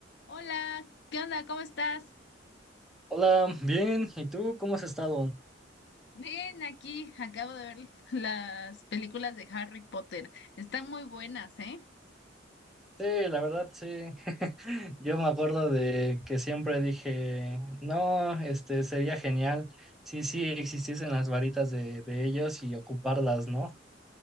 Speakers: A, on the left; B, in the centre.
A: Hola, ¿qué onda? ¿Cómo estás?
B: Hola, bien. ¿Y tú cómo has estado?
A: Ven aquí, acabo de ver las películas de Harry Potter. Están muy buenas, ¿eh?
B: Sí, la verdad, sí. <laughs> Yo me acuerdo de que siempre dije, no, este sería genial. Sí, sí, existiesen las varitas de, de ellos y ocuparlas, ¿no?